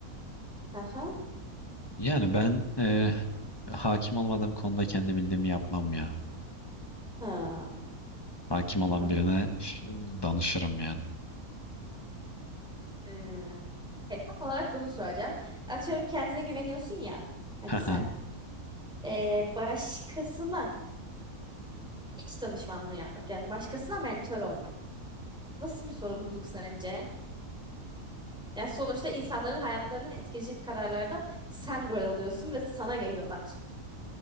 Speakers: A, in the centre; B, on the left (about 15°).
A: Aha,
B: yani ben e, hakim olmadığım konuda kendi bildiğimi yapmam ya.
A: ha,
B: Hakim olan
A: anladım.
B: birine üf, danışırım yani.
A: Ee, e, tam olarak bunu söyleyeceğim. Atıyorum kendine güveniyorsun ya. Hani
B: <laughs>
A: sen ee, başkasına iş danışmanlığı yapmak yani başkasına mentor olmak. Nasıl bir sorumluluk sence? Yani sonuçta insanların hayatlarını etkileyecek kararlarda sen rol alıyorsun ve sana geliyorlar.